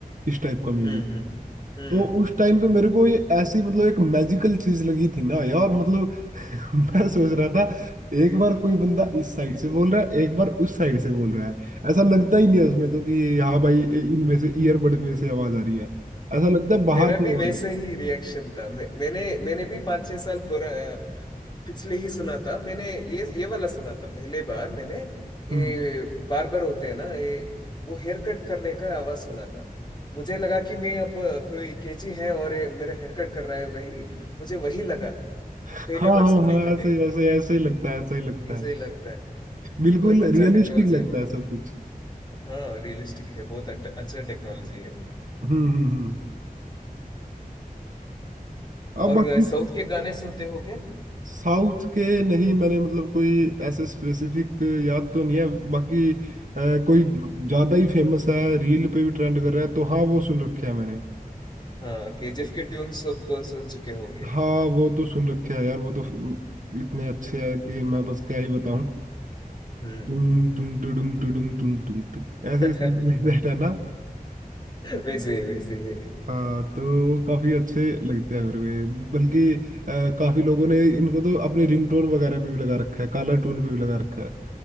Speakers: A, on the right; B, on the left.
A: इस टाइप का म्यूजिक
B: हम्म हम्म हम्म
A: तो उस टाइम पे मेरे को ये ऐसी मतलब एक मैजिकल चीज लगी थी ना यार मतलब <laughs> मैं सोच रहा था
B: <laughs>
A: एक बार कोई बंदा इस साइड से बोल रहा है एक बार उस साइड से बोल रहा है ऐसा लगता ही नहीं है उसमें तो कि हाँ भाई ए- इनमें से ईयरबड में से आवाज आ रही है ऐसा लगता है बाहर
B: मेरा भी
A: से आवाज
B: वैसे
A: आ रही है
B: ही रिएक्शन था मैं, मैंने मैंने भी पाँच छह साल पुरा पिछले ही सुना था मैंने ये ये वाला सुना था पहले बार मैंने ये
A: हम्म
B: बार बार होते हैं ना ये वो हेयर कट करने का आवाज सुना था मुझे लगा कि मैं अब कोई कैची है और ये मेरा हेयर कट कर रहा है वही मुझे वही लगा
A: हाँ
B: पहले बार
A: हाँ
B: सुनने
A: हाँ
B: के टाइम
A: ऐसे ही-
B: में
A: ऐसे ऐसे ही लगता है ऐसा ही लगता
B: ऐसे
A: है
B: ही लगता है
A: बिल्कुल
B: ये बहुत अच्छा
A: रियलिस्टिक
B: टेक्नोलॉजी है
A: लगता
B: वो
A: है सब कुछ
B: हाँ रियलिस्टिक है बहुत अट- अच्छा टेक्नोलॉजी है वो
A: हम्म हम्म हम्म अब
B: और
A: बाकी
B: साउथ के गाने सुनते हो क्या
A: साउथ के नहीं मैंने मतलब कोई ऐसे स्पेसिफिक याद तो नहीं है बाकी अ, कोई ज्यादा ही फेमस है रील पे भी ट्रेंड कर रहा है तो हाँ वो सुन रखे है मैंने
B: हाँ केजीएफ के ट्यून सब सुन चुके होंगे
A: हाँ वो तो सुन रखे है यार वो तो इतने अच्छे हैं कि मैं बस क्या ही बताऊं
B: हम्म
A: तुम तुम टुडुम टुडुम तुम तुम तुम ऐसे
B: <laughs>
A: सिंपल दैट है ना
B: वैसे ही वैसे ही
A: हाँ तो वो काफी अच्छे लगते हैं मेरे को ये बल्कि अ, काफी लोगों ने इनको तो अपने रिंगटोन वगैरह पे भी लगा रखा है कालर टून पे भी लगा रखा है